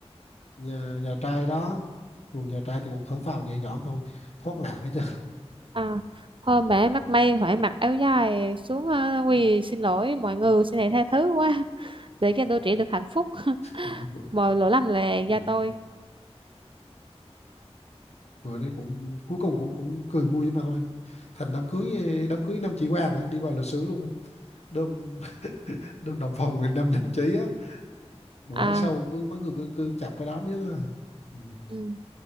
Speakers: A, on the left; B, on the right.
A: nhà nhà trai đó Còn nhà trai thì cũng thở phào nhẹ nhõm thôi thoát nạn hết trơn
B: à hôm bà ấy mắc may phải mặc áo dài xuống ờ, quỳ xin lỗi mọi người xin hãy tha thứ quá <laughs> để cho đôi trẻ được hạnh phúc <laughs>
A: à, <laughs> bữa,
B: mọi lỗi lầm là do
A: ừ,
B: tôi
A: bữa đấy cũng cuối cùng cũng cũng cười vui mà thôi thành đám cưới ờ, đám cưới năm chị Quang á, đi vào lịch sử luôn á. đơm <laughs> đơm đồng phòng người năm năm đồng chí á bữa
B: à
A: sau cứ mấy người cứ, cứ chập cái đám nhất á ừ,
B: ừ.